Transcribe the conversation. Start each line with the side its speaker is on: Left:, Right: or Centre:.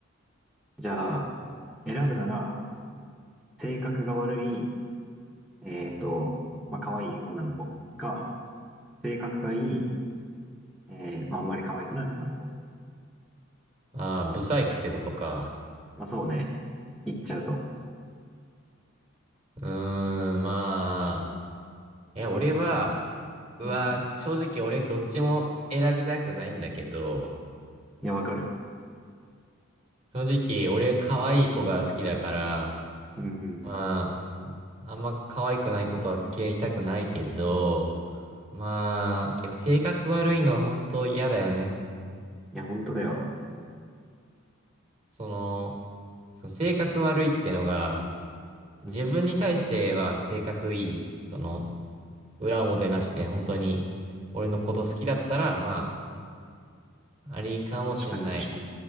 Centre: じゃあ、選ぶなら、性格が悪い、えーっと、まあ可愛い女の子か、性格がいい、えー、まああんまり可愛くない女の子。
Right: ああ、ブサイクってことか。
Centre: まあそうね。言っちゃうと。
Right: うーん、まあ。え、俺は、うわ、
Centre: うん。
Right: 正直俺どっちも選びたくないんだけど、
Centre: いや、わかる。
Right: 正直俺可愛い子が好きだから、
Centre: うんうん。
Right: まあ、あんま可愛くないことは付き合いたくないけど、まあ、けど性格悪いのは本当嫌だよね。
Centre: いや、本当だよ。
Right: その、その性格悪いってのが、自分に対しては性格いい。
Centre: うん。
Right: その、裏表なしで本当に俺のこと好きだったら、まあ、ありかもしんない。
Centre: 確かに、確かに。